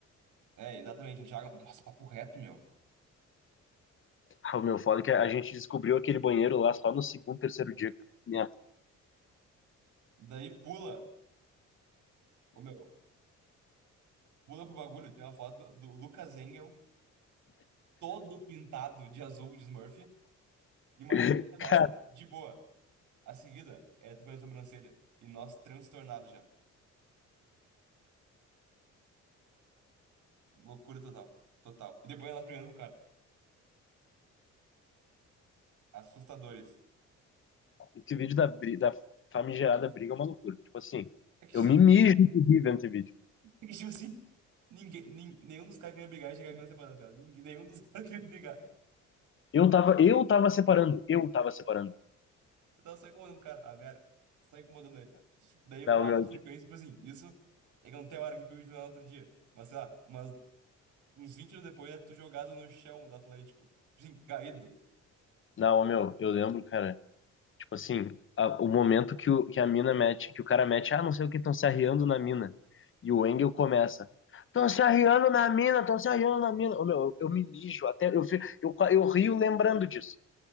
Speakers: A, on the right; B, on the left.
A: É, exatamente, o Thiago, nossa, papo reto, meu.
B: O meu foda é que a gente descobriu aquele banheiro lá só no segundo, terceiro dia. Minha...
A: Daí pula, ô meu, pula pro bagulho, tem uma foto do, do Lucas Engel, todo pintado de azul, de Smurf, e uma
B: <laughs>
A: jaqueta nossa,
B: Cara,
A: de boa. A seguida, é, tu fez a sobrancelha, e nós transtornados já. Loucura total. Total. E depois nós brigando com o cara. Assustadores.
B: esse vídeo da, bri- da famigerada briga é uma loucura. Tipo assim,
A: É que,
B: eu
A: tipo
B: me
A: assim,
B: mijo de rir vendo esse vídeo.
A: é que, tipo assim, ninguém, nin- nenhum dos caras queria brigar e chegar em mim separando dela. Ninguém, nenhum dos <laughs> caras queria brigar.
B: Eu tava, eu tava separando, eu tava separando.
A: Eu tava só incomodando o cara, a Vera. Só incomodando ele. Daí
B: Não,
A: passa
B: meu,
A: por sequência, tipo assim, isso é que não tem hora que eu vi no outro dia. Mas sei lá, umas, uns 20 anos depois é tu jogado no chão do Atlético. Tipo Assim, caído.
B: não, meu, eu lembro, cara, tipo assim, a- o momento que, o, que a mina mete, que o cara mete, ah, não sei o que, estão se arriando na mina. E o Engel começa. Estão se arriando na mina, estão se arriando na mina. Ô, meu, eu, eu me mijo, até eu, fi- eu, qua- eu rio lembrando disso.